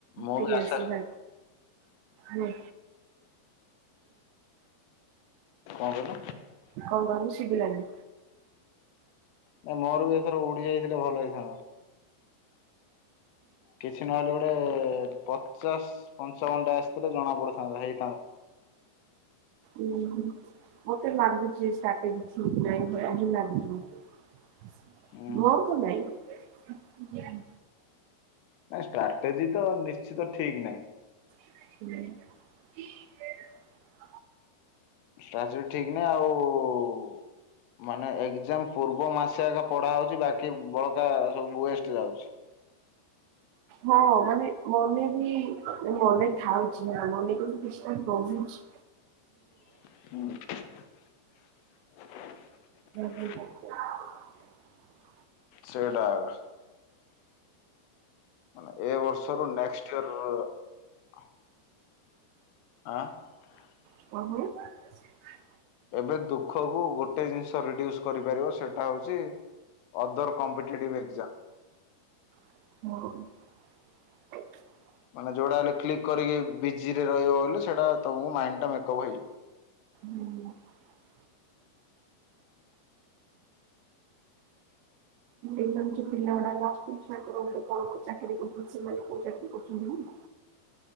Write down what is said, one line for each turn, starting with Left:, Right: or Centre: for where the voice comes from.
Left: ମୁଁ
Right: ଠିକ
Left: ବି ଆଶା
Right: ଅଛି
Left: କଣ
Right: <inaudible> କଣ
Left: କହିଲୁ
Right: କହିଲ ଶୁଭିଲାନି
Left: ନାଇଁ ମୋର ବି ଏଥର ଓଡି ଯାଇଥିଲେ ଭଲ ହେଇଥାନ୍ତା। କିଛି ନହେଲେ ଗୋଟେ ପଚାଶ ପଞ୍ଚ ଘଣ୍ଟା ଆସିଥିଲେ ଜଣା ପଡିଥାନ୍ତା ଭା
Right: ଉୁଁ ହୁଁ ମତେ ଲାଗୁଛି୍ରାଟେ ନାାଇଁଁ ଲାଗୁଛି <unintelligible>
Left: ହୁଁ
Right: ମୋର ତ ନାଇଁ। <inaudible>
Left: ନାଇଁ ଷ୍ଟ୍ରାଟେଜି ତ ନିଶ୍ଚିତ ଠିକ ନାହିଁ
Right: <inaudible>
Left: ଷ୍ଟ୍ରାଚ ଠିକ ନାହିଁ ଆଉ ମାନେ ଏଜାମ ପୂର୍ବ ମାସ ଆଗ ପଢା ହଉଛି ବାକି ବଳକା ସବୁ ୱେଷ୍ଟ ଯାଉଚି।
Right: ହଁ ମାନେ ମନେ ବି ମନେ ଥାଉଛି ନା ମନେ କିନ୍ତୁ କିଛିଟା ରହୁଚି
Left: <unintelligible>
Right: <unintelligible> <unintelligible>
Left: ସେଇଟାକ <unintelligible> ମାନେ ଏ ବର୍ଷର ନେକ୍ସଟ ଇୟର ରହିବ ଆଁ <unintelligible>
Right: <unintelligible> <unintelligible>
Left: ଏବେ ଦୁଃଖକୁୁ ଗୋଟେ ଜିନିଷ ରେଡୁସ୍ କରିପାରିବ ସେଟା ହଉଚି ଅଦର କମ୍ପିଟେଟିଭ ଏକଯାମ
Right: ହ <unintelligible>
Left: ମାନେ ଯେଉଁଟା ହେଲେ କ୍ଲିକ୍ କରିକି ବିଜି ରେ ରହିବ ବୋଲିଲେ ସେଇଟା ତମ ମାଇଣ୍ଡଟା ମେକପ୍ ହେଇଯିବ।
Right: ହୁଁ <unintelligible> ଏମାନେ ଯୋ ପିଲା ଗୁଡାକ ଅଛନ୍ତି ତାଙ୍କର ଗୋଟେ କଣ ଚାକିରୀ କରୁଛନ୍ତି ସେମାନେ କୋଉ ଚାକିରୀ କରୁଛନ୍ତି